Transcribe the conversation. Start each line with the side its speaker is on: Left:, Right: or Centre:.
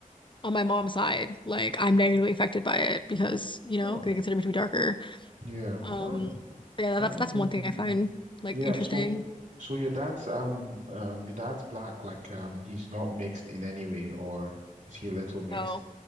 Left: on my mom's side, like I'm negatively affected by it because you know
Right: Oh,
Left: they consider me to be darker.
Right: yeah.
Left: Um,
Right: That
Left: yeah,
Right: that
Left: that's that's
Right: is interesting.
Left: one thing I find like
Right: Yeah.
Left: interesting.
Right: So, so your dad's um um your dad's black. Like um he's not mixed in any way, or is he a little mixed?
Left: No,